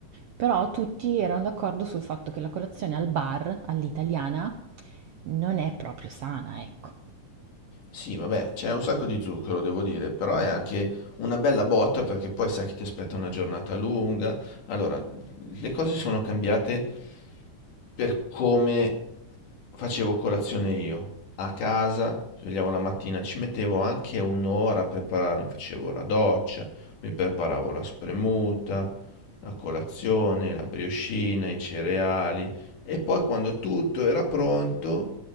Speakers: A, on the right; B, on the left.
A: però tutti erano d'accordo sul fatto che la colazione al bar, all'italiana, non è proprio sana, ecco.
B: Sì, vabbè, c'è un sacco di zucchero, devo dire, però è anche una bella botta perché poi sai che ti aspetta una giornata lunga. Allora, le cose sono cambiate per come facevo colazione io. A casa, svegliavo la mattina, ci mettevo anche un'ora a prepararmi, facevo la doccia, mi preparavo la spremuta, la colazione, la briochina, i cereali e poi quando tutto era pronto